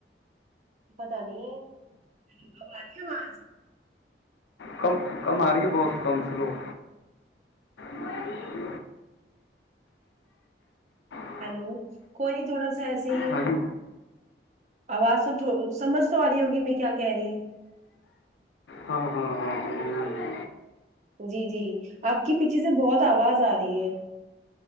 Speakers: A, on the right (about 40°); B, on the left (about 80°).
A: پتا نہیںواز
B: کم کم آ رہی ہے بہت کم سے لوگ ج <inaudible>
A: ہیلو کوئی نہیں تھوڑا سا ایسے
B: ہاں جی
A: آواز تو سمجھ تو آ رہی ہوگی میں کیا کہہ رہی ہوں
B: ہاں ہاں ہاں تو بیا ہے
A: جی جی آپ کی پیچھے سے بہت آواز آ رہی ہے